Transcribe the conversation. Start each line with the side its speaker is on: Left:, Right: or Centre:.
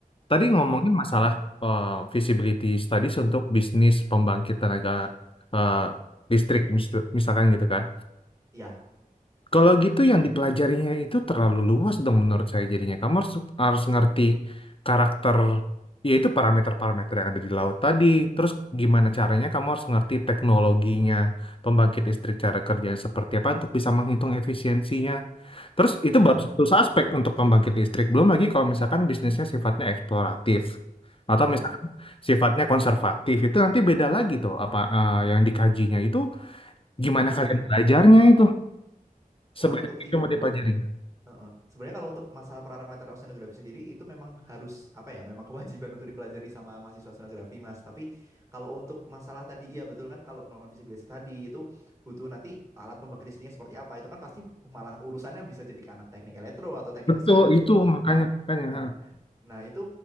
Left: tadi ngomongin
Right: Mm-mm.
Left: masalah eh, feasibility studies untuk bisnis pembangkit tenaga eh, listrik mis- misalkan gitu kan
Right: Iya,
Left: kalau gitu yang dipelajarinya itu terlalu luas dong menurut saya jadinya kamu harus, harus ngerti karakter yaitu parameter-parameter yang ada di laut tadi terus gimana caranya kamu harus ngerti teknologinya pembangkit listrik cara kerjanya seperti apa untuk bisa menghitung efisiensinya Terus itu
Right: iya,
Left: baru satu aspek untuk pembangkit listrik. Belum lagi kalau misalkan bisnisnya sifatnya eksploratif atau
Right: iya,
Left: misalkan sifatnya konservatif itu nanti beda lagi
Right: Mm,
Left: tuh apa eh, yang dikajinya itu gimana
Right: betul.
Left: kalian belajarnya itu sebanyak
Right: Waktu
Left: itu
Right: itu
Left: mau dipelajari.
Right: Heeh. Sebenarnya kalau untuk masalah parameter oceanografi sendiri itu memang harus apa ya? Memang kewajiban untuk dipelajari sama mahasiswa oceanografi, Mas. Tapi kalau untuk masalah tadi iya betul kan kalau melakukan visibility tadi itu butuh nanti alat pembangkit listriknya seperti apa. Itu kan pasti malah urusannya bisa jadi ke anak teknik elektro atau teknik
Left: Betul
Right: mesin dan
Left: itu
Right: segala macamnya.
Left: makanya makanya.
Right: Nah,
Left: ha.
Right: nah, itu